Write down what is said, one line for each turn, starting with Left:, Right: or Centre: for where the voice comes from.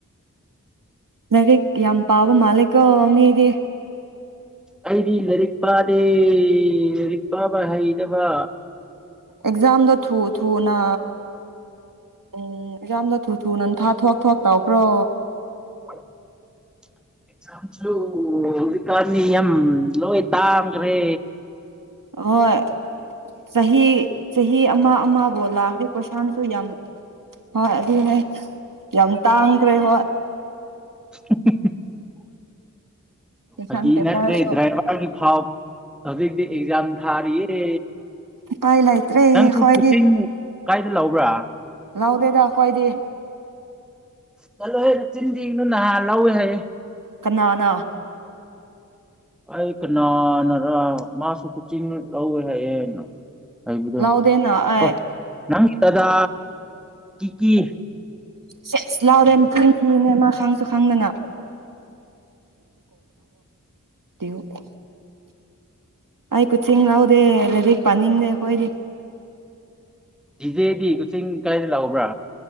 Right: ꯂꯥꯏꯔꯤꯛ ꯌꯥꯝ ꯄꯥꯕ ꯃꯥꯂꯤꯀꯣ ꯃꯤꯗꯤ
Centre: ꯑꯩꯗꯤ ꯂꯥꯏꯔꯤꯛ ꯄꯥꯗꯦ ꯂꯥꯏꯔꯤꯛ ꯄꯥꯕ ꯍꯩꯇꯕ
Right: ꯑꯦꯛꯖꯝꯗꯣ ꯊ ꯊꯨ ꯅ ꯎꯝ ꯑꯦꯛꯖꯥꯝꯗꯤ ꯊꯨ ꯊꯨꯅ ꯊꯥ ꯊꯣꯛ ꯊꯣꯛ ꯇꯧꯈ꯭ꯔꯣ
Centre: <inaudible> ꯑꯦꯛꯖꯥꯝꯁꯨ ꯍꯧꯖꯤꯛꯀꯥꯟꯗꯤ ꯌꯥꯝ ꯂꯣꯏ ꯇꯥꯡꯒ꯭ꯔꯦ
Right: ꯍꯣꯏ ꯆꯍꯤ ꯆꯍꯤ ꯑꯃ ꯑꯃꯕꯨ ꯂꯥꯛꯑꯗꯤ ꯀꯣꯏꯁꯥꯟꯁꯨ ꯌꯥꯝ ꯍꯣꯏ ꯑꯗꯨꯅꯦ ꯌꯥꯝ ꯇꯥꯡꯈ꯭ꯔꯦ ꯍꯣꯢ
Centre: ꯍ ꯍ ꯍ
Right: ꯀꯣꯏꯁꯟ
Centre: ꯐꯒꯤ
Right: ꯄꯦꯄꯔꯁꯨ
Centre: ꯅꯠꯇ꯭ꯔꯦ ꯗ꯭ꯔꯥꯏꯚꯔꯒꯤ ꯐꯥꯎ ꯍꯧꯖꯤꯛꯇꯤ ꯑꯦꯛꯖꯥꯝ ꯊꯥꯔꯤꯌꯦ
Right: ꯎꯄꯥꯏ ꯂꯩꯇ꯭ꯔꯦꯍꯦ
Centre: ꯅꯪꯁꯨ
Right: ꯑꯈꯣꯏꯗꯤ
Centre: ꯀꯣꯆꯤꯡ ꯀꯥꯏꯗ ꯂꯧꯕ꯭ꯔꯥ
Right: ꯂꯥꯎꯗꯦꯗꯥ ꯑꯩꯈꯣꯏꯗꯤ
Centre: ꯆꯠꯂꯣꯍꯦ ꯅꯆꯤꯟ ꯊꯤꯒꯅꯨ ꯅꯍꯥꯟ ꯂꯧꯋꯦ ꯍꯥꯏꯌꯦ
Right: ꯀꯅꯥꯅꯥ
Centre: ꯑꯩ ꯀꯅꯥꯅꯔ ꯃꯥꯁꯨ ꯀꯨꯆꯤꯡ ꯂꯧꯋꯦ ꯍꯥꯏꯌꯦ ꯅ ꯍꯥꯏꯕꯗꯣ
Right: ꯂꯧꯗꯦꯅ ꯑꯩ
Centre: ꯑꯣ ꯅꯪ ꯇꯗꯥ ꯀꯤꯀꯤ
Right: ꯁꯦꯁ ꯂꯥꯎꯔꯦ <unintelligible> ꯃꯥ ꯈꯪꯁꯨ ꯈꯪꯗꯅ <unintelligible> ꯑꯩ ꯀꯨꯆꯤꯡ ꯂꯥꯎꯗꯦ ꯂꯔꯤꯛ ꯄꯥꯅꯤꯡꯗꯦ ꯍꯣꯏꯗꯤ
Centre: ꯏꯖꯦꯗꯤ ꯀꯛꯆꯤꯡ ꯀꯥꯏꯗ ꯂꯥꯎꯕ꯭ꯔꯥ